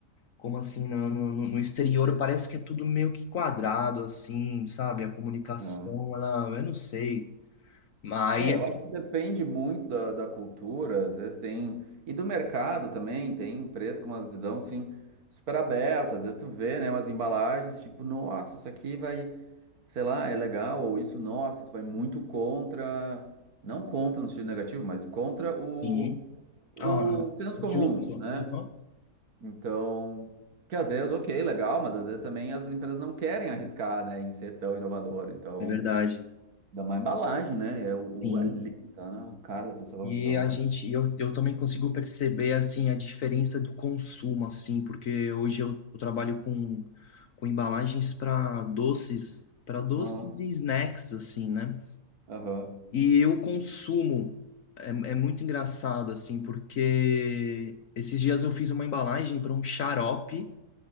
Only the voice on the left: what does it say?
como assim, no, no, no exterior parece que é tudo meio que quadrado, assim, sabe? A comunicação,
ela, eu não sei. Mas
aí,
assim,
ah,
o
fluxo,
aham,
é verdade,
sim.
E
a
gente, eu, eu também consigo perceber assim a diferença do consumo assim, porque hoje eu, eu trabalho com, com embalagens para doces, para doces
e snacks assim, né?
E eu consumo é, é muito engraçado assim, porque esses dias eu fiz uma embalagem para um xarope